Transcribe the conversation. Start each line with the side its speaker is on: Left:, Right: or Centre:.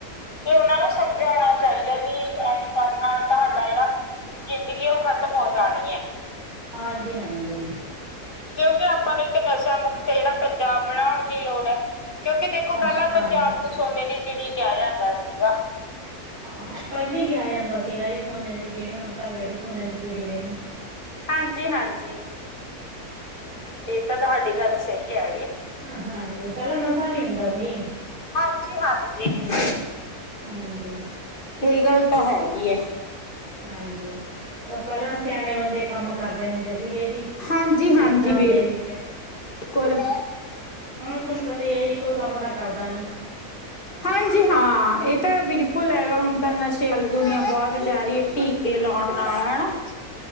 Left: ਤੇ ਉਹਨਾਂ ਨੂੰ ਸਮਝਾਉਣਾ ਚਾਹੀਦਾ ਵੀ ਐਵੇਂ ਕਰਨ ਨਾਲ ਤੁਹਾਡਾ ਜਿਹੜਾ ਜ਼ਿੰਦਗੀ ਉਹ ਖ਼ਤਮ ਹੋ ਜਾਣੀ ਹੈ।
Right: ਹਾਂਜੀ-ਹਾਂਜੀ।
Left: ਕਿਉਂਕਿ ਆਪਾਂ ਨੂੰ ਇੱਕ ਨਸ਼ਾ ਮੁਕਤ ਜਿਹੜਾ ਪੰਜਾਬ ਬਣਾਉਣ ਦੀ ਲੋੜ ਹੈ। ਕਿਉਂਕਿ ਦੇਖੋ,
Right: ਹਾਂ
Left: ਪਹਿਲਾਂ ਪੰਜਾਬ ਨੂੰ ਸੋਨੇ ਦੀ ਚਿੜੀ ਕਿਹਾ ਜਾਂਦਾ ਸੀਗਾ।
Right: ਆਹੋ ਪਹਿਲੇ ਹੀ ਕਿਹਾ ਜਾਂਦਾ ਸੀਗਾ ਸੋਨੇ ਦੀ ਚਿੜੀ ਹੁਣ ਤਾਂ ਕੀਹੜੀ ਸੋਨੇ ਦੀ ਚੀੜੀ ਰਹਿ ਗਈ।
Left: ਹਾਂਜੀ-ਹਾਂਜੀ। ਇਹ ਤਾਂ ਤੁਹਾਡੀ ਗੱਲ ਸਹੀ ਹੈਗੀ।
Right: ਆ ਹਾਂਜੀ, ਪਹਿਲਾਂ ਨਸ਼ਾ ਨੀ ਹੁੰਦਾ ਸੀ।
Left: ਹਾਂਜੀ-ਹਾਂਜੀ।
Right: ਹਾਂਜੀ।
Left: ਇਹ ਗੱਲ ਤਾਂ
Right: ਬਸ
Left: ਹੈਗੀ ਏ।
Right: ਹਾਂਜੀ, ਪਹਿਲਾਂ ਸਿਆਣੇ ਬੰਦੇ ਕੰਮ ਕਰਦੇ ਹੁੰਦੇ ਸੀਗੇ ਜੀ।
Left: ਹਾਂਜੀ-ਹਾਂਜੀ,
Right: ਖੇਤਾਂ
Left: ਬਿਲਕੁੱਲ।
Right: ਦੇ ਵਿੱਚ ਹੁਣ ਤੁਹਾਨੂੰ ਪਤਾ ਹੈ ਜੀ ਕੋਈ ਕੰਮ ਤਾਂ ਕਰਦਾ ਨੀ।
Left: ਹਾਂਜੀ-ਹਾਂ, ਇਹ ਤਾਂ ਬਿਲਕੁਲ ਹੈਗਾ ਹੁਣ
Right: ਬਸ
Left: ਤਾਂ ਨਸ਼ੇ ਵਲ ਦੁਨੀਆਂ ਬਹੁਤ ਜਾ ਰਹੀ ਹੈ। ਕੇ ਲਾਉਣ ਨਾਲ ਹੈਣਾ।